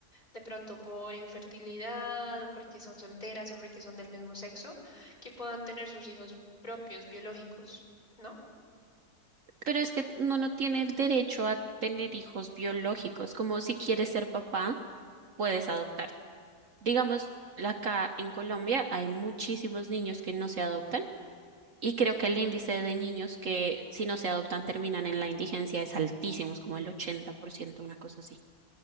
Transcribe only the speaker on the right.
Pero es que uno no tiene el derecho a tener hijos biológicos, como si quieres ser papá, puedes adoptar. Digamos, la acá en Colombia hay muchísimos niños que no se adoptan Y creo
que el índice de niños que si no se adoptan terminan en la indigencia es altísimo, es como el ochenta por ciento una cosa así.